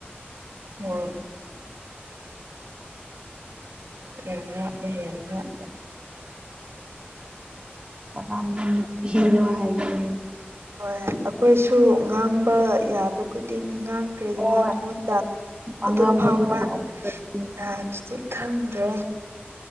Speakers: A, on the right; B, on the right.
A: ꯎꯝ <unintelligible>
B: ꯀꯅꯝꯕ ꯅꯨꯄꯤꯔꯣ ꯍꯥꯏꯕꯅꯦ
A: ꯍꯣꯏ ꯑꯩꯈꯣꯏꯁꯨ ꯉꯥꯡꯕ ꯌꯥꯕ ꯈꯨꯗꯤꯡꯅꯤ ꯉꯥꯡ ꯀꯔꯤꯗꯅ
B: ꯍꯣꯏ
A: ꯃꯉꯣꯟꯗ ꯑꯗꯨ
B: ꯑꯉꯝꯕꯗꯣ
A: ꯐꯥꯎ ꯃꯥꯅ
B: ꯎꯝ
A: ꯌꯥꯗ꯭ꯔꯗꯤ ꯈꯪꯗ꯭ꯔꯦ